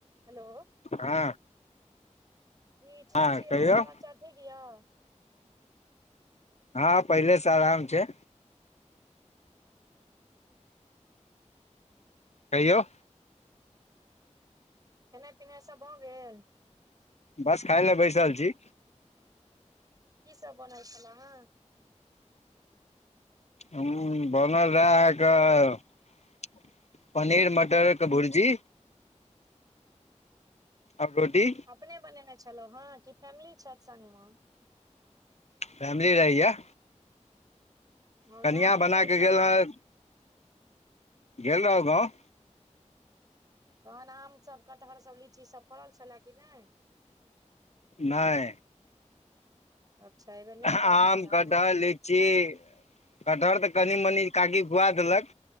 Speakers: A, on the right; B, on the left.
A: Hello
B: हँ
A: जी ठीक
B: हँ
A: छी
B: कहियौ
A: हाल समाचार ठीक य?
B: हँ पहिले से आराम छैय। कहियौ।
A: खेनाइ पिनाइ सब भऽ गेल?
B: बस खााय ल बैसल छी।
A: की सब बनल छला ह?
B: हूं बनल रहै अहाँके पनीर मटरके भुर्जी। अब रोटी।
A: अपने बनेने छलहुँ हँं कि फैमिली छथि संगमे?
B: फैमिली रहैया।
A: ह
B: कनिया
A: गाम नहि
B: बना
A: गेल
B: के
A: छलहुँ?
B: रह गेल रहव गाँव।
A: तहन आमसभ कटहरसभ लीचीसभ फड़ल छला कि नहि?
B: नहि
A: अच्छा, एहि बेर नहि
B: आम
A: फड़ल छल
B: कटहर
A: ह।
B: लीची कटहर तऽ कनि मनि काकी खुआ देलक